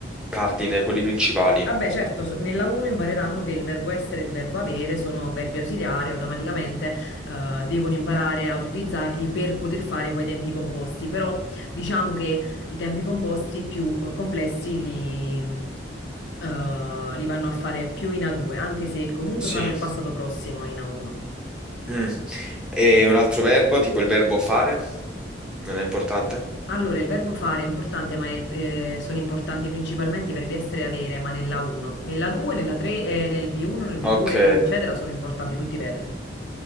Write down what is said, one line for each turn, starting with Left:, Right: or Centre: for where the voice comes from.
Centre: cardine, quelli principali.
Left: Vabbè, certo, so- nella 1 impareranno che il verbo essere e il verbo avere sono verbi ausiliari, automaticamente eh, devono imparare a utilizzarli per poter fare poi i tempi composti, però diciamo che i tempi composti più eh, complessi li, mh, eh, li vanno a fare più in A2, anche se comunque
Centre: Sì.
Left: fanno il passato prossimo in A1.
Centre: Mm. E un altro verbo, tipo il verbo fare, non è importante?
Left: Allora, il verbo fare è importante, ma è il- eh, sono importanti principalmente i verbi essere e avere, ma nella 1. Nella 2, nella 3, eh, nel B1, nel B2,
Centre: Ok,
Left: eccetera, sono importanti tutti i verbi.